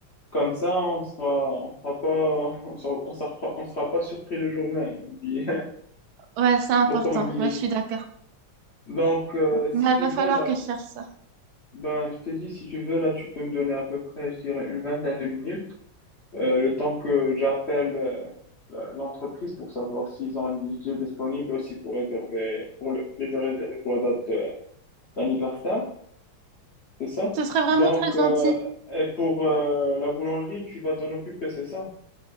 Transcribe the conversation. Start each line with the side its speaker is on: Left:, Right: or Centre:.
Left: Comme ça, on sera, on sera pas, <laughs> on sera, on sera, pas- on sera pas surpris le jour même. on dit. <laughs>
Right: Ouais, c'est important.
Left: Faut pas oublier.
Right: Ouais, je suis d'accord.
Left: Donc, euh, si
Right: Mais
Left: tu
Right: va
Left: veux,
Right: falloir
Left: là,
Right: que je cherche ça.
Left: ben, je t'ai dit, si tu veux, là, tu peux me donner à peu près, je dirais, une vingtaine de minutes, euh, le temps que j'appelle, euh, la- l'entreprise pour savoir s'ils ont un DJ disponible et aussi pour réserver, pour le, les réserver pour la date, euh, d'anniversaire. c'est ça?
Right: Ce serait vraiment
Left: Donc,
Right: très
Left: euh,
Right: gentil.
Left: et pour euh, la boulangerie, tu vas t'en occuper, c'est ça?